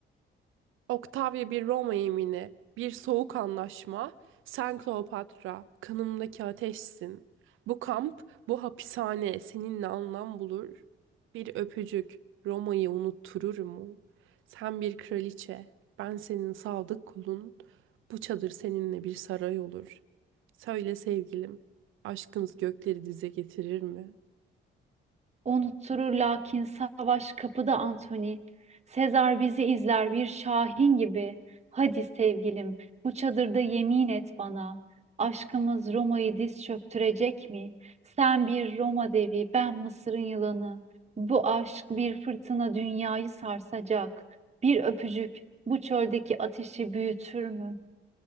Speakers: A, on the right; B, on the right.
A: Octavia bir Roma yemini, bir soğuk anlaşma, sen Kleopatra, kanımdaki ateşsin. Bu kamp, bu hapishane seninle anlam bulur. Bir öpücük Roma'yı unutturur mu? Sen bir kraliçe, ben senin sadık kulun. Bu çadır seninle bir saray olur. Söyle sevgilim, aşkımız gökleri dize getirir mi?
B: Unutturur lakin savaş kapıda Anthony. Sezar bizi izler bir şahin gibi. Hadi sevgilim, bu çadırda yemin et bana. Aşkımız Roma'yı diz çöktürecek mi? Sen bir Roma devi, ben Mısır'ın yılanı. Bu aşk bir fırtına dünyayı sarsacak. Bir öpücük bu çöldeki ateşi büyütür mü?